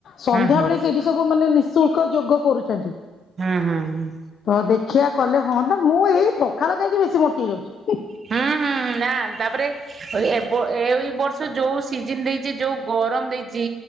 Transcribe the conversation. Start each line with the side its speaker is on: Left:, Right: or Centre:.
Left: ସନ୍ଧ୍ୟା
Right: ହୁଁ ହୁଁ ହୁଁ
Left: ବଳେ ସେଇଠି ସବୁ ମାନ ନିଃଶୁଳ୍କ। ୟାଙ୍କ ଯୋଗ କରୁଛନ୍ତି।
Right: ହୁଁ ହୁଁ।
Left: ହଉ, ଦେଖିବା କଲେ ହୁଅନ୍ତା ମୁଁ ଏଇ ପଖାଳ ଖାଇକି ବେଶୀ ମୋଟି ହେଇ ଯାଉଛି।
Right: ହୁଁ ହୁଁ ନା। ତାପରେ ଏବ ଏଇ ବର୍ଷ ଯୋଉଁ ସିଜନ ଦେଇ ଜିଏ ଯୋଉ ଗରମ ଦେଇଚି